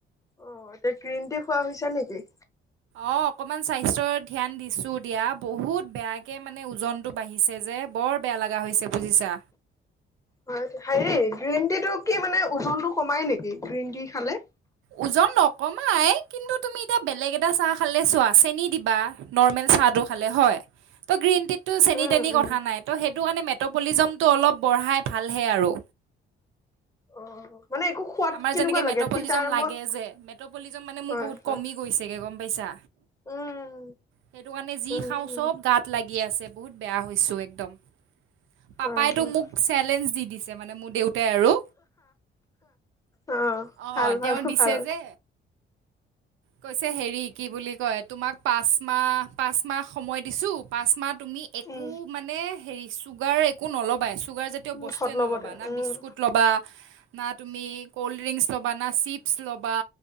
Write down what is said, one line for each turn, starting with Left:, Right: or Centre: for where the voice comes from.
Left: অ, এতিয়া গ্ৰীণটি খোৱা হৈছে নেকি?
Right: অঁ, অকণমান স্বাস্থ্যৰ ধ্যান দিছোঁ দিয়া বহুত বেয়াকৈ মানে ওজনটো বাঢ়িছে যে বৰ বৰ বেয়া লগা হৈছে বুজিছা।
Left: হয়, হেৰি গ্ৰীণ টি টো কি মানে ওজনতটো কমাই নেকি গ্ৰীণ টি খালে?
Right: ওজন নকমাই কিন্তু তুমি এতিয়া বেলেগ এটা চাহ খালে চোৱা চেনী দিবা নৰ্মেল চাহটো খালে হয়। ত' গ্ৰীণ টিত টো চেনি
Left: উম
Right: তেনি কথা
Left: উম
Right: নাই ত' সেইটো কাৰণে মেটপলিজমটো অলপ বঢ়াই ভালহে আৰু।
Left: অ। মানে একো সোৱাদ
Right: আমাৰ
Left: কেনেকুৱা
Right: যেনেকৈ
Left: লাগে
Right: মেট্ৰপলিজম
Left: তিতাৰ
Right: লাগে
Left: মত
Right: যে মেট্ৰপলিজম মানে মোৰ
Left: হয়,
Right: বহুত
Left: হয়।
Right: কমি গৈছেগৈ গম পাইছা
Left: উম।
Right: সেইটো কাৰণে যি
Left: উম
Right: খাওঁ
Left: উম
Right: চব গাত লাগি আছে বহুত বেয়া হৈছো একদম। পাপাই
Left: হয় হয়
Right: তটো মোক চেলেঞ্জ দি দিছে মানে মোক দেউতাই আৰু
Left: অ
Right: অ,
Left: ভাল ভাল
Right: তেওঁ দিছে
Left: ভাল
Right: যে, কৈছে হেৰি কি বুলি কয় তোমাক পাঁচ মাহ পাঁচ মাহ সময় দিছো পাঁচ মাহত তুমি একো
Left: উম
Right: মানে হেৰি চুগাৰ একো নল'বা চুগাৰ জাতীয়
Left: মুখত
Right: বস্তুৱে
Left: ল'ব
Right: নল'বা
Left: তেওঁ
Right: না
Left: উম।
Right: বিস্কুত লবা না তুমি কলড্ৰিঙ লবা না চিপ লবা